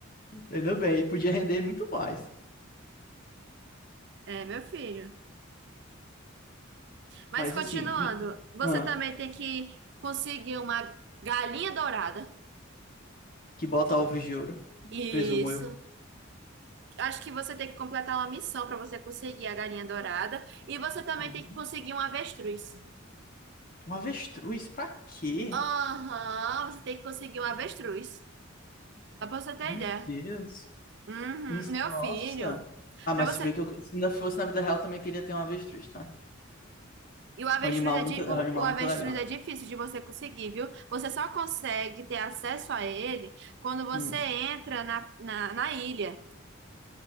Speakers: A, on the left; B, on the right.
A: Ainda bem. E podia render muito mais.
B: É, meu filho. Mas
A: Mas
B: continuando,
A: assim, e-
B: você
A: ah,
B: também tem que conseguir uma galinha dourada.
A: que bota ovos de ouro,
B: Isso.
A: presumo eu.
B: Acho que você tem que completar uma missão para você conseguir a galinha dourada. E você também
A: Uhum.
B: tem que conseguir um avestruz.
A: Um avestruz? Pra quê?
B: Aham, você tem que conseguir um avestruz. Só pra você ter
A: Meu
B: ideia.
A: Deus.
B: Uhum,
A: Não-
B: meu
A: Nossa.
B: filho.
A: Ah,
B: Pra
A: mas
B: você.
A: se bem que eu, se ainda fosse na vida real, eu também queria ter um avestruz, tá?
B: E o avestruz
A: É um animal
B: é
A: muito,
B: di-
A: é
B: o,
A: um animal
B: o avestruz
A: muito legal.
B: é difícil de você conseguir, viu? Você só consegue ter acesso a ele quando você
A: Hum.
B: entra na, na, na ilha.